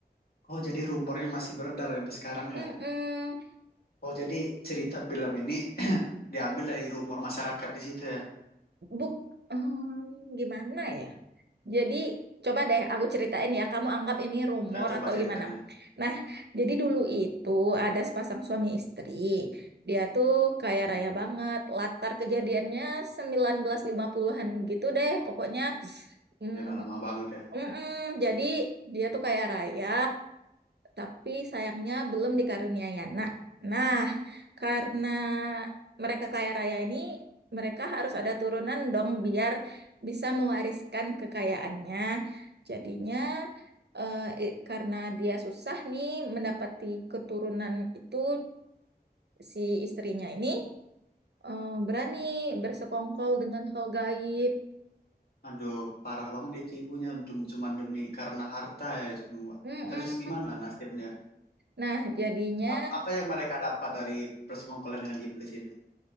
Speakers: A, on the left; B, on the right.
A: oh jadi rumornya masih beredar ya sampai sekarang
B: Mm-mm.
A: ya oh jadi cerita film ini <clears throat> diambil dari rumor masyarakat di situ ya
B: Buk, Hmm, gimana ya? Jadi coba deh aku ceritain ya, kamu anggap ini rumor
A: ya coba
B: atau
A: ceritain
B: gimana.
A: aja
B: Nah, jadi dulu itu ada sepasang suami istri. Dia tuh kaya raya banget. Latar kejadiannya 1950-an gitu deh. Pokoknya mm,
A: Ya udah lama banget ya.
B: mm-mm. Jadi dia tuh kaya raya tapi sayangnya belum dikaruniai anak. Nah, karena mereka kaya raya ini, mereka harus ada turunan dong biar bisa mewariskan kekayaannya. Jadinya eh, i- karena dia susah nih mendapati keturunan itu si istrinya ini eh, berani bersekongkol dengan hal gaib.
A: Aduh, parah banget itu ibunya Dem- cuman demi karena harta ya cuma.
B: Mm-mm.
A: Terus gimana nasibnya?
B: Nah, jadinya
A: Ap- apa yang mereka dapat dari persekongkolan dengan iblis ini?